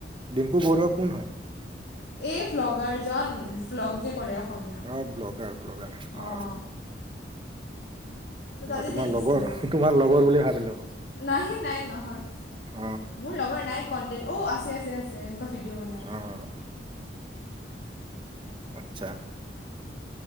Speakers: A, on the right (about 25°); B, on the left (about 65°).
A: ডিম্পু বৰুৱা কোন হয়?
B: এই ভ্লগাৰজন ভ্লগ যে কৰে অসমীয়া,
A: অ ব্লগাৰ ব্লগাৰ অ
B: অঁ। ত তাতে
A: মই তোমাৰ
B: দেখিছিলো,
A: লগৰ তোমাৰ লগৰ বুলি ভাবিলো।
B: নাই নাই নহয়
A: অ
B: মোৰ লগৰ নাই। কণ্টেণ্ট অ আছে আছে আছে। এনেকুৱা ভিডিঅ' বনাই
A: আহ, আচ্ছা।